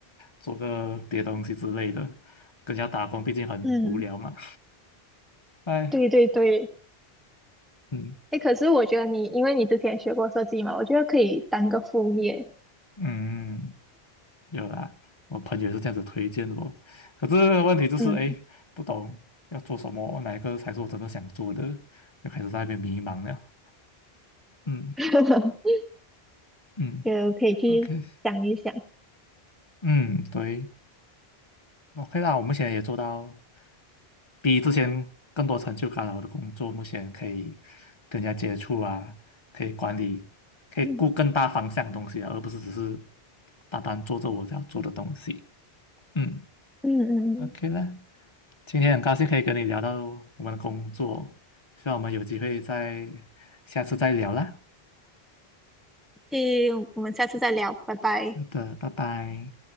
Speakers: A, on the left (about 30°); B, in the centre.
A: 做个别的东西之类的。跟人家打工毕竟很无聊嘛。
B: 嗯，
A: 哎，
B: 对对对，
A: 嗯
B: 哎，可是我觉得你，因为你之前学过设计嘛，我觉得可以当个副业，
A: 嗯，有啦，我朋友也是这样子推荐我。可是问题就是，
B: 嗯，
A: 哎，不懂要做什么，哪一个才是我真的想做的，就开始在那边迷茫了。嗯
B: <laughs>
A: 嗯
B: 觉可以去想一想，
A: ，OK，嗯，对。OK 啦，我目前也做到比之前更多成就感了。我的工作目前可以跟人家接触啊，可以管理，可以顾更大方向的东西啊，
B: 嗯
A: 而不是只是单单做着我要做的东西。嗯
B: 嗯嗯，
A: ，OK 啦，今天很高兴可以跟你聊到我们的工作，希望我们有机会再下次再聊啦。
B: 嗯，诶，我们下次再聊，拜拜。
A: 好的，拜拜。